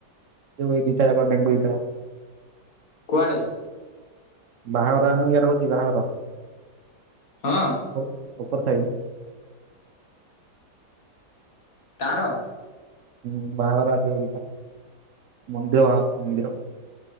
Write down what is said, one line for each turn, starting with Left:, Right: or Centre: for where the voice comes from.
Right: ଇ ଦି କଣ <unintelligible>
Left: କୁଆଡ଼େ?
Right: ବାହାଘର ଜାଣିନେଉକି ଇଆର ହଉଛି ବାହାଘର
Left: ହଁ
Right: ଉପ ଉପର ସାଇ
Left: ତାର
Right: ହୁଁ ବାହାଘର ଆଜି ବଗିସାର ମନ୍ଦୀର ବାହା ମନ୍ଦିର